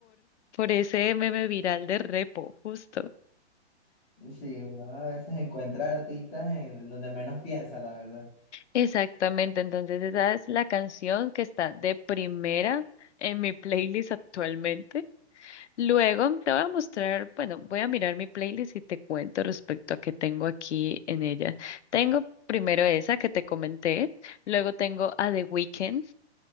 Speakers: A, on the left; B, on the left.
A: por ese meme viral de Repo, justo.
B: <laughs> Sí, uno a veces encuentra artistas en donde menos piensa, la verdad.
A: Exactamente, entonces esa es la canción que está de primera en mi playlist actualmente. Luego te voy a mostrar, bueno, voy a mirar mi playlist y te cuento respecto a qué tengo aquí en ella. Tengo primero esa que te comenté, luego tengo a The Weeknd,